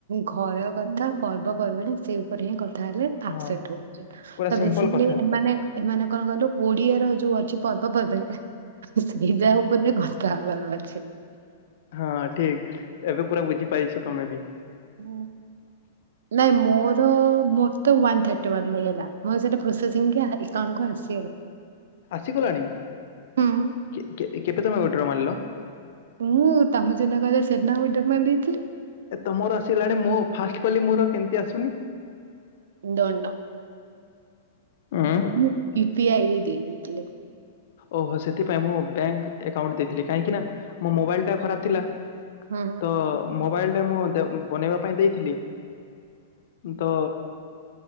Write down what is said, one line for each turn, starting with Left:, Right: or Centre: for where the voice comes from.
Right: ଘର କଥା ପର୍ବପର୍ବାଣୀ ସେ ଉପରେ ହିଁ କଥା ହେଲେ
Left: ହଁ
Right: <unintelligible> ହଉଛି
Left: ପୁରା
Right: ତ
Left: ସିମ୍ପଲ
Right: ବେଶୀକିଲି
Left: କଥା
Right: ଏମାନେ ଏମାନେ କଣ କଲୁ କୋଡିଏର ଯୋଉ ଅ ପର୍ବପର୍ବାଣି ସେଇ ଯାହା ଉପରେ ବି କଥା ହେବାର ଅଛି।
Left: ହଁ ଠିକ ଏବେ ପୁରା ବୁଝିପାରିଛ ତମେ ବି।
Right: ହୁଁ। ନାଇଁ ମୋର ମୋତ ୱାନ ଥାଟି ୱାନ ମିଳିଲା ମୋର ସେଟା ପ୍ରୋସେସିଙ୍ଗ କି ଏକାଉଣ୍ଟ୍ ଆସି
Left: ଆସିଗଲାଣି
Right: ହୁଁ
Left: କେ କେ କେତେ ଟଙ୍କା ର ଉଡ୍ର ଗୋଟେ ମାରିଲ?
Right: ମୁଁ ତମ ସିନା କହିଲ ସେନା ଉଡ୍ର ମାରି ଦେଇଥିଲି।
Left: ଏ ତମର ଆସିଲାଣି ମୁଁ ଫାଷ୍ଟ କଲି ମୋର କେମିତି ଆସୁନି?
Right: ଦନ
Left: ଉଁ।
Right: ମୁଁ ୟୁ ପି ଆଇ ରେ ଦେଇଦେଇଥିଲି।
Left: ଓହୋ ସେଥିପାଇଁ ମୁଁ ବ୍ୟାଙ୍କ ଆଉଣ୍ଟ ଦେଇଥିଲି କାହିଁକି ନା ମୋ ମୋବାଇଲ ଟା ଖରାପ ଥିଲା।।
Right: ହୁଁ
Left: ତ ମୋବାଇଲ ଟା ମୁଁ ଦେ ବନେଇବା ପାଇଁ ଦେଇଥିଲି। ଉମ ତ